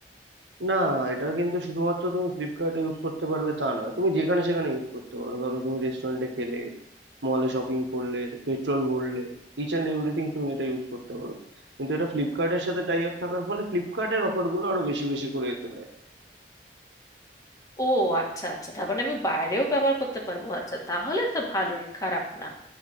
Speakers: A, on the right; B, on the left.
A: না এটা কিন্তু শুধুমাত্র তুমি ফ্লিপকার্টে ইউজ করতে পারবে তা নয় তুমি যেখানে সেখানে ইউজ করতে পারো ধরো তুমি রেস্টুরেন্টে খেলে মলে শপিং করলে পেট্রোল ভরলে ইচ অ্যান্ড এভরিথিং তুমি এটা ইউজ করতে পারো কিন্তু এটা ফ্লিপকার্টের সাথে টাই আপ থাকার ফলে ফ্লিপকার্টের অফারগুলো আরো বেশি বেশি করে এতে দেয়
B: ও আচ্ছা আচ্ছা তার মানে আমি বাইরেও ব্যবহার করতে পারবো আচ্ছা তাহলে তো ভালোই খারাপ না